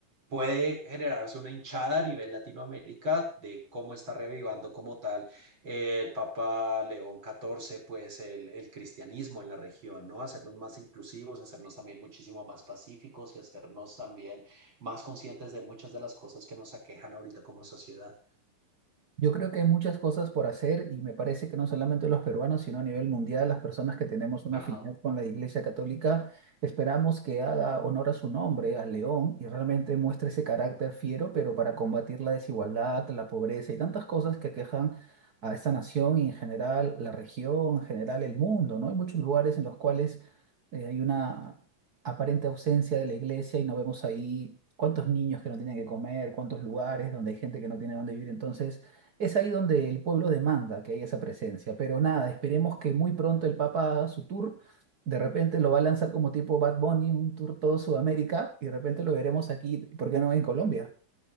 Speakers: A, on the right; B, on the right.
A: puede generarse una hinchada a nivel Latinoamérica de cómo está revivando como tal eh, el Papa León catorce pues el, el cristianismo en la región, ¿no? Hacernos más inclusivos, hacernos también muchísimo más pacíficos y hacernos también más conscientes de muchas de las cosas que nos aquejan ahorita como sociedad.
B: Yo creo que hay muchas cosas por hacer y me parece que no solamente los peruanos, sino a nivel mundial, las personas que tenemos una
A: Ajá.
B: afinidad con la Iglesia Católica, esperamos que haga honor a su nombre, al león, y realmente muestre ese carácter fiero, pero para combatir la desigualdad, la pobreza y tantas cosas que aquejan a esta nación y en general la región, en general el mundo, ¿no? Hay muchos lugares en los cuales eh, hay una aparente ausencia de la iglesia y no vemos ahí cuántos niños que no tienen que comer, cuántos lugares donde hay gente que no tiene dónde vivir. Entonces, es ahí donde el pueblo demanda que haya esa presencia, pero nada, esperemos que muy pronto el Papa haga su tour, de repente lo va a lanzar como tipo Bad Bunny, un tour todo Sudamérica, y de repente lo veremos aquí, ¿por qué no en Colombia?